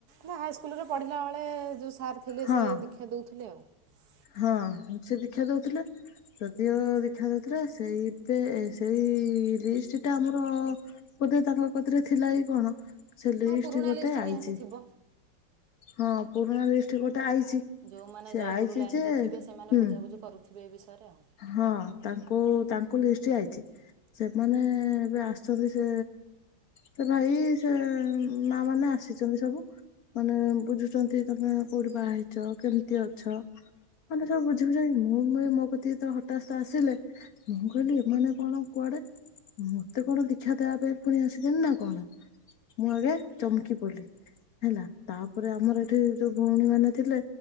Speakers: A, on the right (about 60°); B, on the left (about 50°).
A: ମୁଁ ହାଇସ୍କୁଲରେ ପଢିଲା ବେଳେ ଯୋଉ ସାର୍ ଥିଲେ
B: ହଁ
A: ସେ ଦୀକ୍ଷା ଦେଉଥିଲେ ଆଉ। ହ <unintelligible>
B: ହଁ ସେ ଦୀକ୍ଷା ଦେଉଥିଲେ, ଯଦିଓ ଦୀକ୍ଷା ଦେଉଥିଲେ ସେଇ ଏବେ ସେଇ ଲିଷ୍ଟଟା ଆମର ବୋଧେ ତାଙ୍କ କତିରେ ଥିଲା କି କଣ ସେ ଲିଷ୍ଟ୍
A: ହଁ ପୁରୁଣା
B: ଗୋଟେ
A: ଲିଷ୍ଟ
B: ଆଇଛି।
A: ନିହାତି ଥିବ
B: ହଁ ପୁରୁଣା ଲିଷ୍ଟ୍ ଗୋଟେ ଆଇଛି।
A: ଯୋଉମାନେ
B: ସେ
A: ଜୟଗୁରୁ
B: ଆଇଛି
A: ଲାଇନରେ
B: ଯେ
A: ଥିିବେ ସେମାନେ
B: ହୁଁ
A: ବୁଝାବୁଝି କରୁଥିବେ ଏ ବିଷୟରେ। ଆଉ
B: ହଁ। ତାଙ୍କୁ ତାଙ୍କୁ ଲିଷ୍ଟ ଆଇଛି ସେମାନେ ଏବେ ଆସିଛନ୍ତି ସେ ସେ ଭାଇ ସେ ମାଆମାନେ ଆସିଛନ୍ତି ସବୁ ମାନେ ବୁଝୁଛନ୍ତି ତମେ କୋଉଠି ବାହା ହେଇଛ କେମିତି ଅଛ ମାନେ ସବୁ ବୁଝିିବୁଝାକି ମୁଁ ମୋ ମୁଁ କ ଏ ଯେତେବେଳ‌ ହଟାସ୍ତ୍ ଆସିଲେ ମୁଁ କହିଲି ଏମାନେ କଣ କୁଆଡେ ମତେ କଣ ଦୀକ୍ଷା ଦେବା ପାଇଁ ପୁଣି ଆସିଗଲେ ନା କଣ ମୁଁ ଆଗେ ଚମକି ପଡ଼ଲି ହେଲା ତାପରେ ଆମର ଏଠି ଯୋଉ ଭଉଣୀମାନେ ଥିଲେ